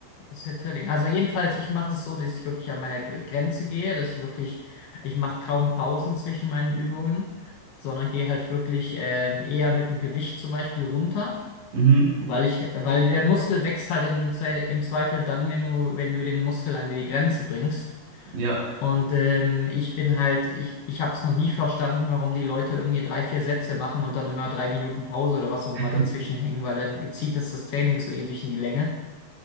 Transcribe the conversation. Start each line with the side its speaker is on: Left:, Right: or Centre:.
Left: Ist Hit-Training. Also jedenfalls, ich mache es so, dass ich wirklich an meiner Grenze gehe, dass ich wirklich, ich mache kaum Pausen zwischen meinen Übungen, sondern gehe halt wirklich ähm, eher mit dem Gewicht zum Beispiel runter.
Right: mhm,
Left: Weil ich, weil der Muskel wächst halt im, Zwe- im Zweifel dann, wenn du, wenn du den Muskel an die Grenze bringst.
Right: ja.
Left: Und ähm, ich bin halt, ich, ich habe es noch nie verstanden, warum die Leute irgendwie drei, vier Sätze machen und dann immer drei Minuten Pause oder was auch
Right: <laughs>
Left: immer dazwischen hängen, weil dann zieht das das Training so ewig in die Länge.